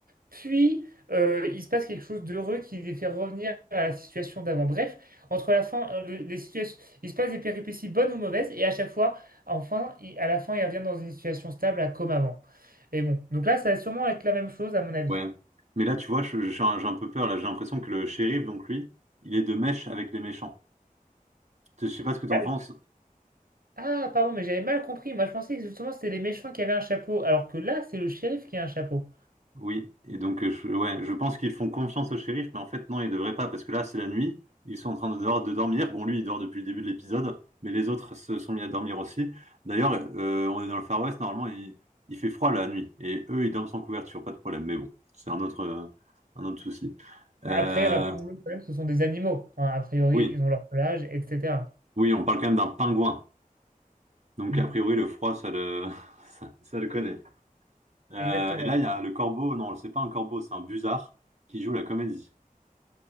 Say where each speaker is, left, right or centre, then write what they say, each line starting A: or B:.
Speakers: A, on the right; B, on the right.
A: puis, euh, il se passe quelque chose d'heureux qui les fait revenir à la situation d'avant. Bref, entre la fin, euh, le- les situations, il se passe des péripéties bonnes ou mauvaises, et à chaque fois, enfin, il- à la fin, ils reviennent dans une situation stable, à comme avant. Et bon, donc là, ça va sûrement être la même chose,
B: <laughs>
A: à mon avis.
B: Ouais. Mais là, tu vois, je- je- j'ai un, j'ai un peu peur. Là, j'ai l'impression que le shérif, donc lui, il est de mèche avec les méchants. Je sais pas ce que
A: Bah,
B: t'en penses.
A: je- Ah, pardon, mais j'avais mal compris. Moi, je pensais que justement, c'était les méchants qui avaient un chapeau, alors que là, c'est le shérif qui a un chapeau.
B: Oui, et donc euh, je, ouais, je pense qu'ils font confiance au shérif, mais en fait non, ils devraient pas, parce que là c'est la nuit, ils sont en train de, dehors- de dormir. Bon, lui il dort depuis le début de l'épisode, mais les autres se sont mis à dormir aussi. D'ailleurs, euh, on est dans le Far West, normalement il, il fait froid la nuit, et eux ils dorment sans couverture, pas de problème. Mais bon, c'est un autre, euh, un autre souci. Euh,
A: Après, rappelons-le quand même, ce sont des animaux. Enfin, a priori,
B: oui,
A: ils ont leur pelage, etc.
B: oui, on parle quand même d'un pingouin, donc
A: Hmm,
B: a priori le froid ça le, <laughs> ça, ça le connaît. Euh,
A: exactement.
B: et là il y a le corbeau, non, c'est pas un corbeau, c'est un busard qui joue la comédie.